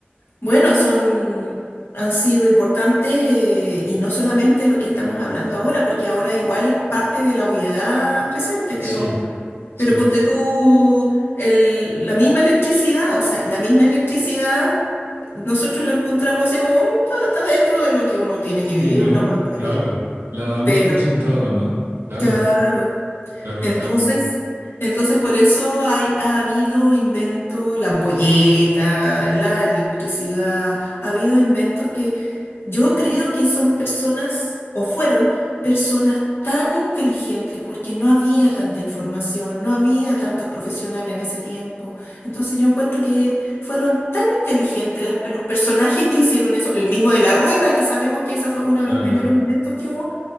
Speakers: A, on the left; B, on the right.
A: bueno, son, han sido importantes eh, y no solamente lo que estamos hablando ahora, porque ahora igual es parte de la obviedad presente, pero,
B: Sí, Sí,
A: pero ponte tú el- la misma electricidad, o sea, la misma electricidad, nosotros lo encontramos así como, "Mm, está, está dentro de lo que uno tiene que vivir
B: y no,
A: nomás, pero,
B: claro, la damos
A: pero,
B: por sentado, ¿no? Claro,
A: claro.
B: claro,
A: Entonces,
B: claro,
A: entonces por eso hay, ha habido inventos, la ampolleta, la electricidad, ha habido inventos que yo creo que son personas, o fueron personas tan inteligentes porque no había tanta información, no había tantos profesionales en ese tiempo. Entonces yo encuentro que fueron tan inteligentes las- los personajes que hicieron eso, el mismo de la rueda, que sabemos que esa fue uno de
B: claro.
A: los primeros inventos que hubo